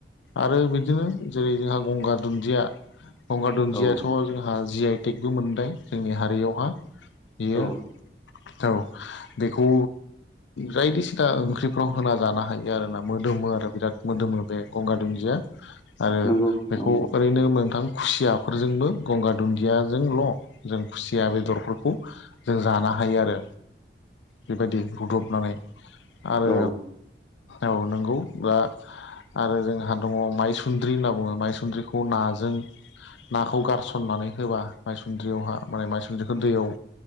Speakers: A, on the left (about 80°); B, on the left (about 15°).
A: आरो बिदिनो जेरै जोंहा गंगार दुन्दिया गंगार दुन्दियाथ'
B: औ
A: जोंहा जि आइ टेकबो मोनबाय जोंनि हारियावहा बियो
B: औ
A: औ बेखौ जायखिसिता ओंख्रिफ्राव होना जाना हायो आरोना मोदोमो आरो। बिराद मोदोमो बे गंगार दुन्दिया आरो
B: नंगौ
A: बेखौ
B: औ
A: ओरैनो मोंथां खुसियाफोरजोंबो गंगार दुन्दिया जोंल' जों खुसिया बेदरफोरखौ जों जाना हायो आरो। बेबायदि रुदबनानै आरो
B: औ
A: औ नंगौ। ला आरो जोंहा दङ माइसुन्द्रि होनना बुङो माइसुन्द्रिखौ नाजों नाखौ गारसननानै होबा माइसुन्द्रियावहा माने माइसुन्द्रिखौ दैयाव